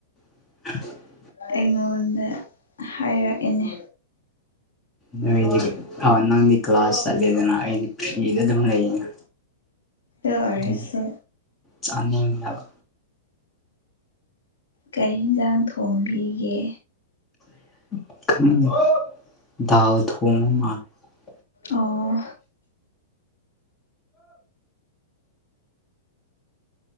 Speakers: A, on the left; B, on the left.
A: <inaudible>
B: ꯑꯩꯉꯣꯟꯗ ꯍꯥꯏꯔꯛꯏꯅꯦ
A: ꯅꯣꯏꯗꯤ ꯑꯣ ꯅꯪꯗꯤ ꯀ꯭ꯂꯥꯁ ꯆꯠꯂꯦꯗꯅ ꯑꯩꯗꯤ ꯐ꯭ꯔꯤꯗ ꯑꯗꯨꯝ ꯂꯩꯌꯦꯅ
B: ꯑꯗꯨ ꯑꯣꯏꯔꯁꯨ
A: ꯑꯗꯨꯝ ꯆꯥꯅꯤꯡꯗꯕ
B: ꯀꯩ ꯌꯦꯟꯁꯥꯡ ꯊꯣꯡꯕꯤꯒꯦ
A: <unintelligible>
B: ꯑꯣ